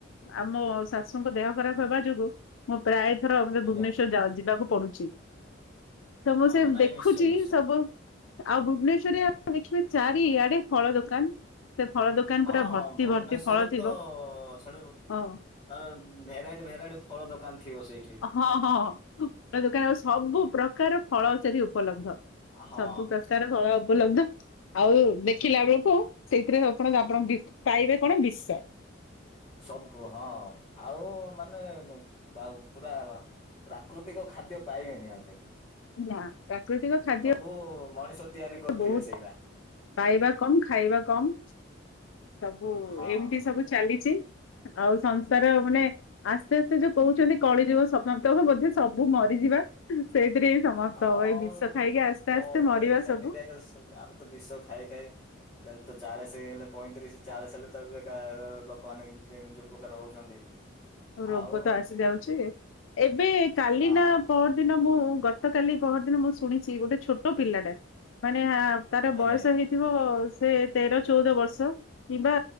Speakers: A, on the left; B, on the left.
A: ଆମ ଶାଶୁଙ୍କ ଦେହ ଖରାପ ହେବା ଯୋଗୁଁ, ମୁଁ ପ୍ରାୟ ଥର
B: ଆଜ୍ଞା
A: ଭୁବନେଶ୍ଵର ଯାଉଛି ଯିବାକୁ ପଡୁଛି। ତ ମୁଁ
B: ହଁ
A: ସେ
B: ହଁ ନାଇଁ
A: ଦେଖୁଛି
B: ନିଶ୍ଚୟ ନିଶ୍ଚୟ
A: ସବୁ ଆଉ ଭୁବନେଶ୍ୱରରେ ଆପ ଦେଖିବେ ଚାରିଆଡେ ଫଳ ଦୋକାନ। ସେ ଫଳ ଦୋକାନ
B: ହଁ,
A: ପୁରା
B: ହଁ
A: ଭର୍ତ୍ତି
B: ଭୁବନେଶ୍ଵରରେ
A: ଭର୍ତ୍ତି ଫଳ ଥିବ
B: ତ, ସେଠୁ
A: ହଁ
B: ତାର ଭେରାଇଟି ଭେରାଇଟି ଫଳ ଦୋକାନ ଥିବ ସେଇଠି।
A: ହଁ, ହଁ ଦୋକାନ ଆଉ ସବୁ ପ୍ରକାର ଫଳ ସେଠି ଉପଲବ୍ଧ।
B: ହଁ
A: ସବୁ ପ୍ରକାର ଫଳ ଉପଲବ୍ଧ। ଆଉ ଦେଖିଲା ବେଳକୁ ସେଇଥିରେ, ଆପଣ ଆପଣ ପାଇବେ କଣ ବିଷ।
B: ସବୁ, ହଁ ଆଉ ମାନେ, ପୁରା ପ୍ରାକୃତିକ ଖାଦ୍ୟ ପାଇବେନି ଆଉ ସେଇଠି।
A: ନା, ପ୍ରାକୃତିକ ଖାଦ୍ୟ
B: ସବୁ ମଣିଷ ତିଆରି କରିଥିବେ
A: ବହୁତ
B: ସେଇଟା
A: ପାଇବା କମ୍, ଖାଇବା କମ୍। ସବୁ,
B: ହଁ
A: ଏମିତି ସବୁ ଚାଲିଛି। ଆଉ ସଂସାର, ମାନେ ଆସ୍ତେ ଆସ୍ତେ ଯୋଉ କହୁଛନ୍ତି କଳିଯୁଗ ସମାପ୍ତ ହେବ। ସେ ସବୁ ମରି ଯିବା। ସେଇଥିରେ ଏଇ ସମସ୍ତ
B: ହଁ
A: ହେବ। ଏଇ ବିଷ ଖାଇକି ଆସ୍ତେ
B: କଣ
A: ଆସ୍ତେ
B: କରିବା
A: ମରିବା
B: ସେମିତି
A: ସବୁ।
B: ଆଜ୍ଞା ସ ଆମେ ତ ବିଷ ଖାଇ ଖାଇ ଅ ଚାଳିଶ ହେଲେ, ପଇଁତିରିଶ ଚାଳିଶ ହେଲେ ତ ଏବେ ଅନେକ ଯେ ଯୋଉ ପ୍ରକାର ହଉଛନ୍ତି।
A: ରୋଗ
B: ଆଉ
A: ତ ଆସି ଯାଉଛି। ଏବେ କାଲି
B: ହଁ
A: ନା ପର ଦିନ ମୁଁ ଗତ କାଲି ପହରଦିନ, ମୁଁ ଶୁଣିଛି ଗୋଟେ ଛୋଟ ପିଲାଟା। ମାନେ ତାର
B: ଆଜ୍ଞା
A: ବୟସ
B: ଆଜ୍ଞା
A: ହେଇଥିବ ସେ ତେର ଚଉଦ ବର୍ଷ କିମ୍ବା